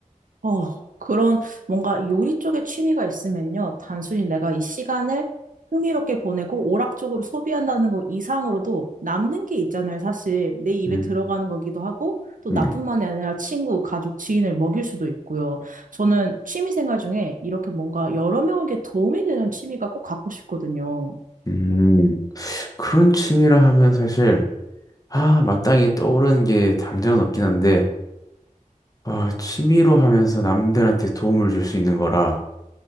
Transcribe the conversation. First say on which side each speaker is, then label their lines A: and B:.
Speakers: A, on the right; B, on the left.
A: 어, 그런 뭔가 요리 쪽에 취미가 있으면요. 단순히 내가 이 시간을 흥미롭게 보내고 오락적으로 소비한다는 것 이상으로도 남는 게 있잖아요. 사실 내 입에
B: 음,
A: 들어가는 거기도 하고 또
B: 네.
A: 나뿐만이 아니라 친구, 가족, 지인을 먹일 수도 있고요. 저는 취미 생활 중에 이렇게 뭔가 여러 명에게 도움이 되는 취미가 꼭 갖고 싶거든요.
B: 음, 그런 취미라 하면 사실 아, 마땅히 떠오르는 게 당장은 없긴 한데 아, 취미로 하면서 남들한테 도움을 줄 수 있는 거라.